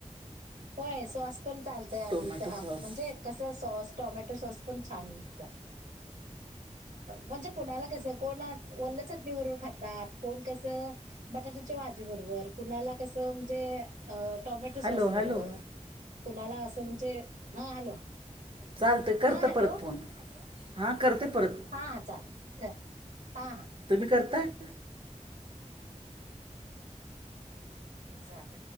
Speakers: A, on the right; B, on the right.
A: होय सॉस पण चालतय
B: टोमॅटो
A: म्हणजे
B: सॉस
A: कस सॉस टमॅटो. <unintelligible> छान लागत म्हणजे कोणाला कसं. कोण वल्या चटणी बरोबर खातात. कोण कसं बटाट्याच्या भाजी बरोबर कुणाला कसं म्हणजे टॉमेटो सॉस
B: हॅलो
A: बरोबर
B: हॅलो
A: कुणाला असं म्हणजे हा हॅलो
B: चालत करते
A: हा हॅलो
B: परत फोन. हां करते परत.
A: हा हा चाल हा हा
B: तुम्ही करताय?
A: एक्झाम